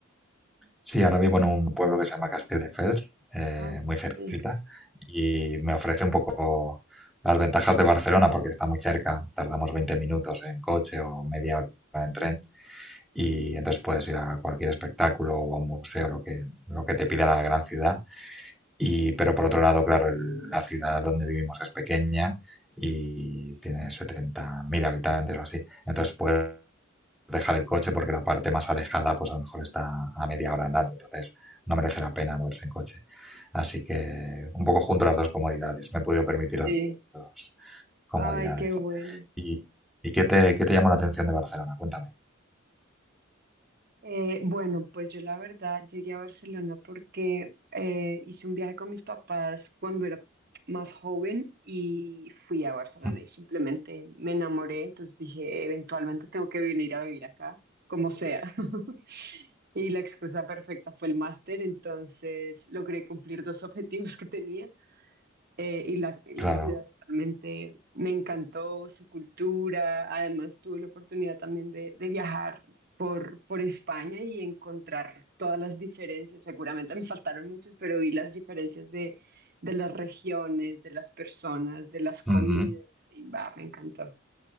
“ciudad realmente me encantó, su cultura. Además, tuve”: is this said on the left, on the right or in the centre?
Right